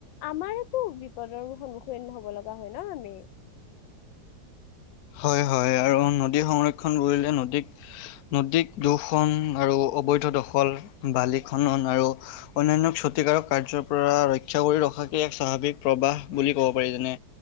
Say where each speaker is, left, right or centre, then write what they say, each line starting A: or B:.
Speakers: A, on the left; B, on the left.
A: আমাৰেটো বিপদৰ সন্মুখীন হ'ব লগা হয় ন আমি।
B: হয়, হয়। আৰু নদী সংৰক্ষণ কৰিলে, নদীক-নদীক দূষণ আৰু অবৈধ দখল, বালি খনন আৰু অন্যান্য ক্ষতিকাৰক কাৰ্যৰ পৰা ৰক্ষা কৰি ৰখাকে এক স্বাভাৱিক প্ৰবাহ বুলি ক'ব পাৰি। যেনে